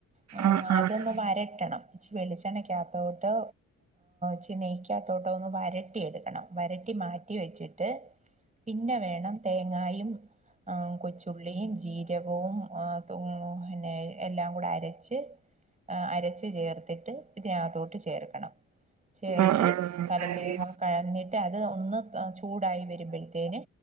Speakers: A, on the right (about 20°); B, on the right (about 55°).
A: ആ
B: ആഹ് ആഹ്
A: അതൊന്നന്ന് വരട്ടണം ഇച്ചി വെളിച്ചെണ്ണക്കകത്തോട്ട് ചി നെയ്ക്കാത്തോട്ടം ഒന്ന് വരട്ടി എടുക്കണം വരട്ടി മാറ്റി വെച്ചിട്ട് പിന്നെ വേണം തേങ്ങായും കൊച്ചുള്ളിയും ജീരകവും പിന്നെ എല്ലാം കൂടെ അരച്ച് അരച്ചു ചേർത്തിട്ടി ഇതിനകത്തോട്ട് ചേർക്കണം ചേർത്
B: ആഹ് ആഹ്
A: കലക്കൊക്കെ
B: ആഹ്
A: കഴന്നിട്ട് അത് ഒന്ന് ചൂടായി വരുമ്പോഴത്തേന്